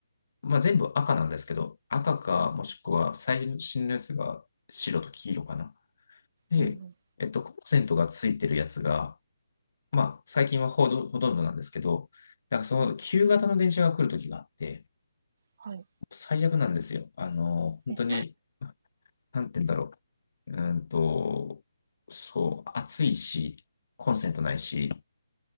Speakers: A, on the left; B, on the right.
A: まあ、全部赤なんですけど、赤か、もしくは最新のやつが白と黄色かな。で、
B: うんうん、
A: えっと、コンセントがついてるやつが、まあ、最近はほとほとんどなんですけど、なんかその旧型の電車が来るときがあって、
B: はい。はい。
A: 最悪なんですよ。あの、本当に、
B: え、
A: なんて言うんだろう。うーんと、そう、暑いし、コンセントないし、